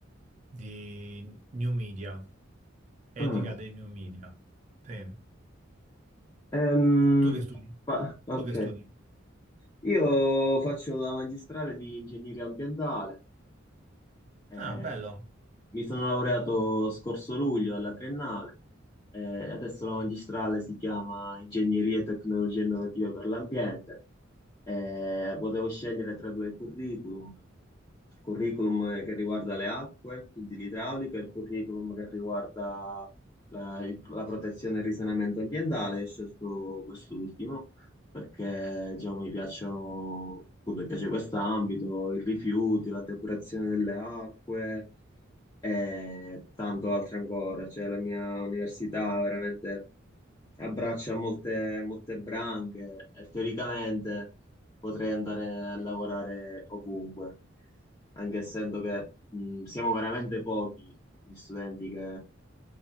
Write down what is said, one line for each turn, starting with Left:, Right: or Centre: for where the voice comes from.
Right: di new media, etica
Left: ah.
Right: dei new media. Sì.
Left: Ehm,
Right: Tu che studi?
Left: fa- ok,
Right: Tu che studi?
Left: io faccio la magistrale di ingegneria ambientale, eh,
Right: Ah, bello.
Left: Mi sono laureato scorso luglio alla triennale eh, e adesso la magistrale si chiama Ingegneria e Tecnologie Innovative per l'Ambiente. Eh, potevo scegliere tra due curriculum, il curriculum che riguarda le acque, quindi l'idraulica, e il curriculum che riguarda la, il- la protezione e il risanamento ambientale. Ho scelto quest'ultimo perché diciamo, mi piacciono, appunto, mi piace questo ambito, i rifiuti, la depurazione delle acque e tanto altro ancora. Cioè, la mia università veramente abbraccia molte, molte branche e teoricamente potrei andare a lavorare ovunque, anche essendo che mh, siamo veramente pochi gli studenti che